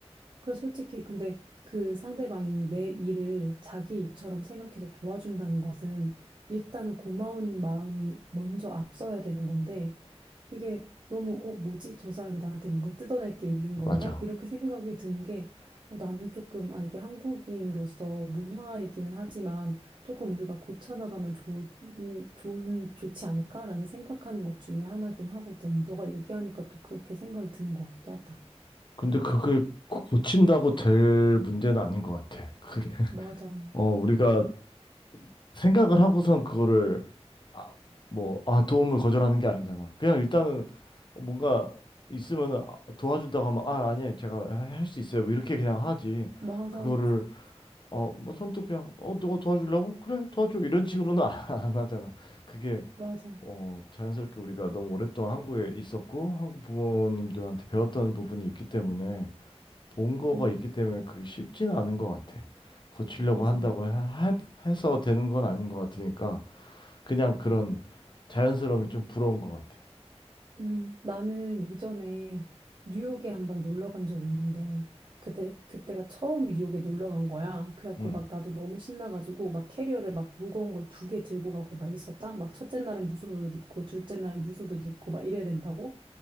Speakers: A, on the right; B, on the left.
A: 그래서 솔직히 근데 그 상대방이 내 일을 자기 일처럼 생각해서 도와준다는 것은 일단은 고마운 마음이 먼저 앞서야 되는 건데, 이게 너무, 어, 뭐지? 저 사람이 나한테 뭔가 뜯어낼 게 있는 건가?
B: 맞아
A: 이렇게 생각이 드는 게, 어, 나는 조금, 아, 이게 한국인으로서 문화이기는 하지만, 조금 우리가 고쳐나가면 좋은, 좋은, 좋지 않을까라는 생각하는 것 중에 하나긴 하거든. 너가 얘기하니까 또 그렇게 생각이 드는 것 같기도 하다.
B: 근데 그게 고친다고 될 문제는 아닌 것 같아 그게 <laughs>
A: 맞아.
B: 어 우리가 생각을 하고선 그거를 아, 뭐, 아, 도움을 거절하는 게 아니잖아. 그냥 일단은 뭔가 있으면은 아, 도와준다고 하면 아, 아니에요. 제가 할 수 있어요. 뭐 이렇게 그냥 하지.
A: 맞아,
B: 그거를
A: 맞아, 맞아.
B: 어, 뭐 선뜻 그냥 어, 너가 도와주려고? 그래, 도와줘. 이런 식으로는 <laughs> 안, 안 하잖아. 그게
A: 맞아.
B: 어, 자연스럽게 우리가 너무 오랫동안 한국에 있었고 한국 부모님들한테 배웠던 부분이 있기 때문에 본 거가
A: 음,
B: 있기 때문에 그게 쉽지는 않은 것 같아. 고치려고
A: 맞아.
B: 한다고 하, 하- 해서 되는 건 아닌 것 같으니까 그냥 그런 자연스러움이 좀 부러운 것 같아.
A: 음, 나는 예전에 뉴욕에 한번 놀러 간 적이 있는데, 그때, 그때가 처음 뉴욕에 놀러 간 거야. 그래갖고
B: 응.
A: 막 나도 너무 신나가지고, 막 캐리어를 막 무거운 걸 두 개 들고 가고 막 있었다? 막 첫째 날은 무슨 옷 입고, 둘째 날은 무슨 옷 입고 막 이래야 된다고?